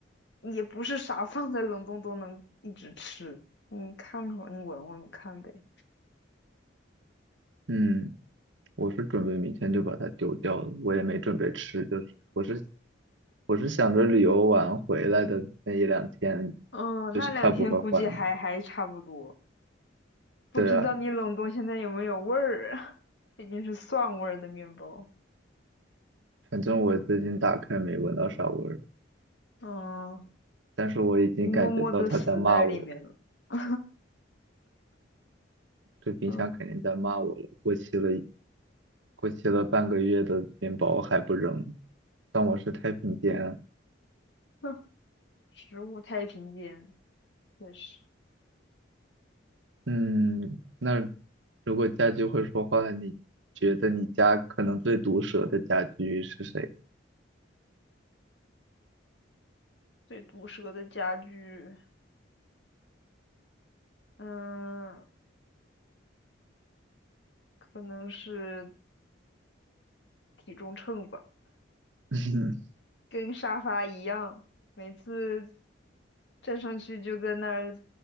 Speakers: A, on the left; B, on the right.
A: 也不是啥放在冷冻都能一直吃。你看看，你闻闻看呗。
B: 嗯，我是准备明天就把它丢掉了，我也没准备吃，就是我是我是想着旅游完回来的那一两天，
A: 嗯，
B: 就是它不会坏嘛。
A: 那两天估计还还差不多，不知道你冷冻现在有没有味儿啊？
B: 对啊，
A: <laughs> 毕竟是蒜味儿的面包，
B: 反正我最近打开没闻到啥味儿，
A: 嗯，
B: 但是我已经感觉到它在骂我了，
A: 你默默的死在里面了。<laughs>
B: 这冰箱肯定在骂我了，
A: 嗯，
B: 过期了过期了半个月的面包还不扔，当我是太平间啊。
A: <laughs> 食物太平间，也是
B: 嗯，那如果家具会说话，你觉得你家可能最毒舌的家具是谁？
A: 最毒舌的家具。嗯，可能是体重秤吧。
B: <laughs>
A: 跟沙发一样，每次站上去就在那儿，